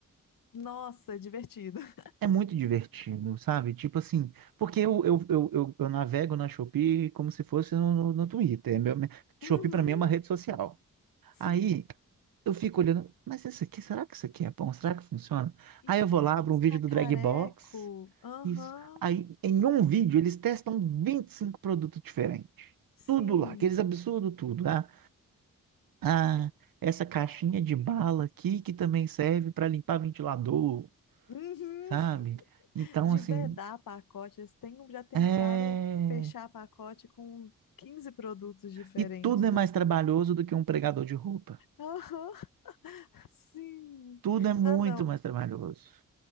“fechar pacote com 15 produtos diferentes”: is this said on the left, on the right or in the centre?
Left